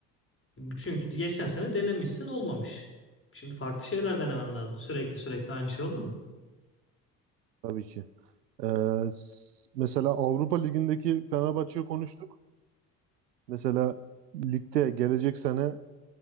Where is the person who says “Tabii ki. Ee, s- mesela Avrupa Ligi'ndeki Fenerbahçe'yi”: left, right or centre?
Right